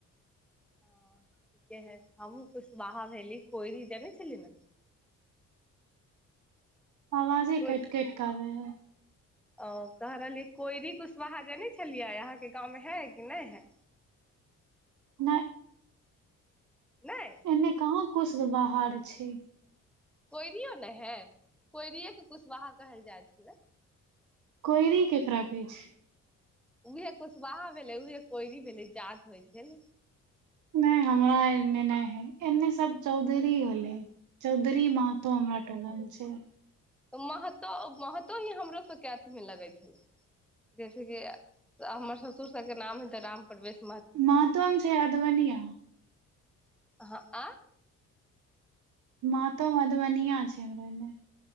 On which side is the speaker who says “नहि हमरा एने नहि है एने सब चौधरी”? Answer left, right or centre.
Right